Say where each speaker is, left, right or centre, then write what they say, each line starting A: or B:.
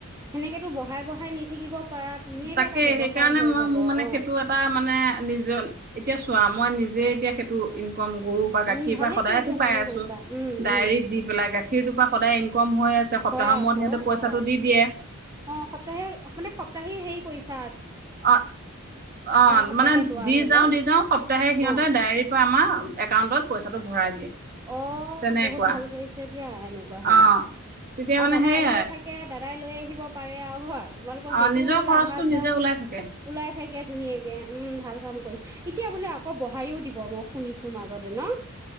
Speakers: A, on the right; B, on the right.
A: সেনেকেতো ব বঢ়াই বঢ়াই নি থাকিব পাৰা ধুনীয়াকে
B: তাকে,
A: এটা ব্যৱসায়
B: সেইকাৰণে
A: হৈ
B: মই
A: যাব
B: মোৰ মানে
A: অ
B: সেইটো এটা মানে নিজৰ- এতিয়া চোৱা মই নিজে এতিয়া সেইটো <unintelligible> কম গৰুৰ পৰা গাখীৰ
A: উম ভালে
B: পৰা সদায়টো
A: কৰিছা
B: পাই
A: ভালে
B: আছোঁ,
A: কৰিছা উম
B: ডায়ৰিত
A: উম
B: দি পেলাই গাখীৰটোৰ পৰা সদায় ইনক'ম মহৈ আছে, সপ্তাহৰ
A: হয় আকৌ
B: মূৰত সিহঁতে পইচাটো
A: অ
B: দি দিয়ে।
A: অ' সপ্তাহে, মানে সপ্তাহী হেৰি কৰিছ
B: অ', অ',
A: সপ্তাহে
B: মানে,
A: লোৱা
B: দি
A: ধৰি
B: যাওঁ,
A: লও
B: দি যাওঁ সপ্তাহে সিহঁতে
A: অ
B: ডায়েৰীৰ পৰা আমাৰ একাউণ্টত পইচাটো ভৰাই দিয়ে।
A: অ',
B: তেনেকুৱা
A: বহুত ভাল কৰিছে দিয়া, এনেকুৱা হ'লে।
B: অ
A: আৰু
B: তেতিয়া মানে
A: দাদা
B: সেইয়াই
A: আহিয়ে থাকে। দাদাই লৈ আহিব পাৰে আৰু হয়। তোমালোকৰ
B: অ
A: সেইটোও
B: নিজৰ
A: ধৰি লোৱা
B: খৰচটো
A: অহা-যোৱা।
B: নিজে ওলাই থাকে
A: ওলাই থাকে ধুনীয়াকে। উম, ভাল কাম কৰিছা। এতিয়া বোলে আকৌ বঢ়াইও দিব। মই শুনিছো মাজতে। ন?